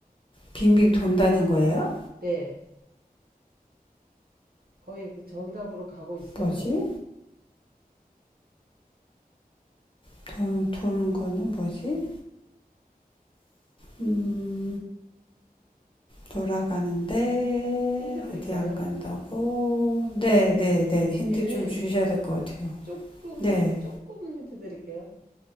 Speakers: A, on the left; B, on the right.
A: 빙빙 돈다는 거예요?
B: 네. 거의 그 정답으로 가고 있어요.
A: 뭐지? 도, 도는 거는 뭐지? 음, 돌아가는데,
B: 힌트 드릴까요?
A: 어디 안 간다고? 네, 네, 네. 힌트
B: 얘는
A: 좀 주셔야 될 것 같아요.
B: 조금,
A: 네.
B: 조금 힌트 드릴게요.